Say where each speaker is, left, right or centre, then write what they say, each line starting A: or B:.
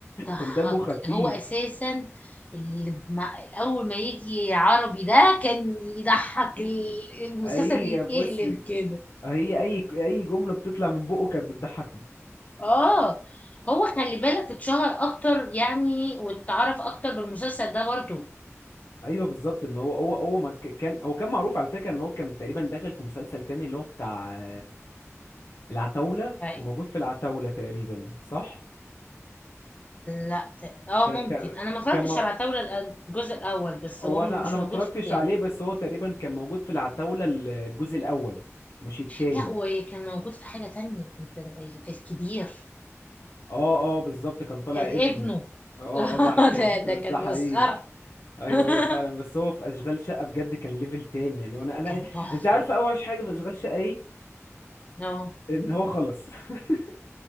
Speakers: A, on the left; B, on the left.
A: ضحك
B: كان دمه خفيف
A: هو اساسا اللي مع اول ما يجي عربي ده كان يضحك ال- المسلسل
B: اي
A: يتقلب
B: بص
A: كده
B: هي اي اي جملة بتطلع من بقه كانت بتضحكني
A: اه هو خلي بالك اتشهر اكتر يعني واتعرف اكتر بالمسلسل ده برضو
B: ايوه بالظبط ان هو هو هو ما ك- كان هو كان معروف على فكره ان هو كان تقريبا داخل في مسلسل تاني اللي هو بتاع العتاولة
A: ف-
B: كان موجود في العتاولة تقريبا صح
A: لا ت- اه
B: كان
A: ممكن
B: كان
A: انا ما اتفرجتش
B: كان مو...
A: على عتاولة الأ- الجزء الاول بس
B: هو
A: هو مش
B: انا انا ما
A: موجود
B: اتفرجتش
A: في التاني
B: عليه بس هو تقريبا كان موجود في العتاولة الجزء الاول مش التاني
A: لا وكان موجود في حاجة تانية انت في الكبير
B: اه اه بالظبط كان طالع
A: كان
B: ابنه
A: ابنه
B: اه
A: <laughs>
B: اه ده حقيقي
A: ده
B: ده,
A: ده
B: ده
A: كانت
B: حقيقي
A: مسخرة
B: ايوه
A: <laughs>
B: ايوه فعلا بس هو في اشغال شقة بجد كان ليفل تاني يعني وانا انا
A: كان تحفة
B: انت عارفة اوحش حاجة في اشغال شقة ايه
A: اه
B: ان هو خلص <laughs>